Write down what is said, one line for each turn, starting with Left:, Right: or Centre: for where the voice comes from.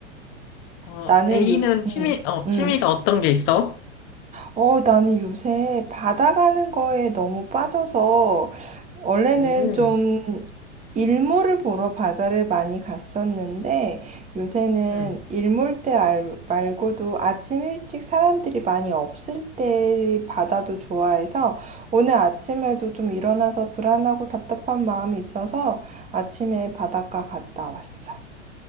Left: 어,
Right: 나는
Left: A는
Right: 요
Left: 취미,
Right: 음.
Left: 어,
Right: 음.
Left: 취미가 어떤 게 있어?
Right: 어, 나는 요새 바다 가는 거에 너무 빠져서 원래는
Left: 음,
Right: 좀 일몰을 보러 바다를 많이 갔었는데 요새는
Left: 음.
Right: 일몰 때 알- 말고도 아침 일찍 사람들이 많이 없을 때 바다도 좋아해서 오늘 아침에도 좀 일어나서 불안하고 답답한 마음이 있어서 아침에 바닷가 갔다 왔어.